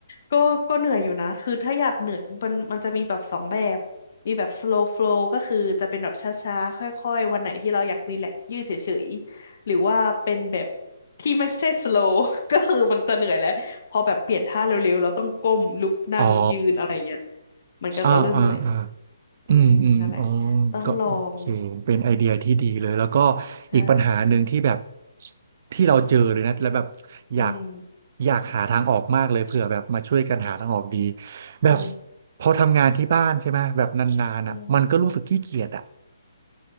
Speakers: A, on the left; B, on the right.
A: ก็ก็เหนื่อยอยู่นะคือถ้าอยากเหนื่อยมันมันจะมีแบบสองแบบมีแบบ slow flow ก็คือจะเป็นแบบช้าๆค่อยๆวันไหนที่เราอยากรีแลกซ์ยืดเฉยๆหรือว่าเป็นแบบที่ไม่ใช่ slow <laughs> ก็คือมันจะเหนื่อยแล้วพอแบบเปลี่ยนท่าเร็วๆเราต้องก้มลุกนั่งยืนอะไรเงี้ย
B: <laughs> อ๋อ
A: มันก็จะเริ่มเหนื่อย
B: อ่าอ่าอ่า
A: อืมนั่นแหละ
B: อืมอืมอ๋อ
A: ต้องลอง
B: ก็โอเคเป็นไอเดียที่ดีเลยแล้วก็
A: ใช่
B: อีกปัญหาหนึ่งที่แบบที่เราเจอเลยนะแล้วแบบอยาก
A: อืม
B: อยากหาทางออกมากเลยเผื่อแบบมาช่วยกันหาทางออกดีแบบ
A: อืม
B: พอทำงานที่บ้านใช่ไหมแบบนานๆอ่ะมันก็รู้สึกขี้เกียจอ่ะ
A: อืม